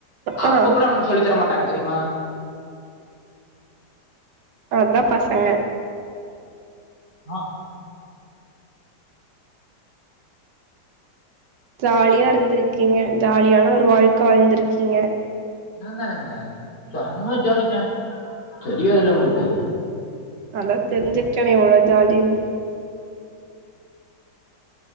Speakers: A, on the right; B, on the left.
A: ஆ
B: அப்ப கூட அவனுங் சொல்லி தரமாட்டாங்க தெரிமா
A: அதா பசங்க
B: ஆ
A: ஜாலியா இருந்ருக்கிங்க ஜாலியான ஒரு வாழ்க்க வாழ்ந்துருக்கீங்க
B: நாந்தானங்க செம ஜாலிங்க தெரியாதுல்ல உங்களுக்கு
A: அதா தெரிஞ்சுக்டனே எவ்ளோ ஜாலினு